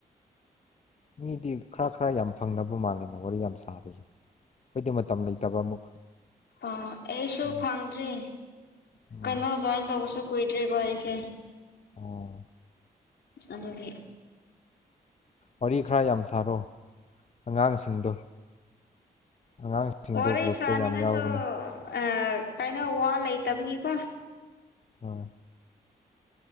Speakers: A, on the left (about 40°); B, on the left (about 70°).
A: ꯃꯤꯗꯤ ꯈꯔ ꯈꯔ ꯌꯥꯝ ꯐꯪꯅꯕ ꯃꯥꯜꯂꯦꯅꯦ ꯋꯥꯔꯤ ꯌꯥꯝ ꯁꯥꯕꯒꯤ ꯑꯩꯈꯣꯏꯗꯤ ꯃꯇꯝ ꯂꯩꯇꯕ ꯑꯃꯨꯛ
B: ꯑꯥ ꯑꯩꯁꯨ
A: ꯎꯝ
B: ꯐꯪꯗ꯭ꯔꯤ
A: ꯎꯝ
B: ꯀꯩꯅꯣ ꯖꯣꯏꯟ ꯇꯧꯕꯁꯨ ꯀꯨꯏꯗ꯭ꯔꯤꯕ ꯑꯩꯁꯦ
A: ꯑꯣ
B: ꯑꯗꯨꯒꯤ
A: ꯋꯥꯔꯤ ꯈꯔ ꯌꯥꯝ ꯁꯥꯔꯣ ꯑꯉꯥꯡꯁꯤꯡꯗꯣ ꯑꯉꯥꯡꯁꯤꯡꯗꯣ
B: ꯋꯥꯔꯤ
A: ꯒ꯭ꯔꯨꯞꯇ
B: ꯁꯥꯅꯤꯡꯉꯥꯏꯁꯨ
A: ꯌꯥꯝ ꯌꯥꯎꯕꯅꯦ
B: ꯑꯥ ꯀꯥꯏꯅꯧ ꯋꯥ ꯂꯩꯇꯕꯒꯤꯀꯣ
A: ꯍꯣꯏ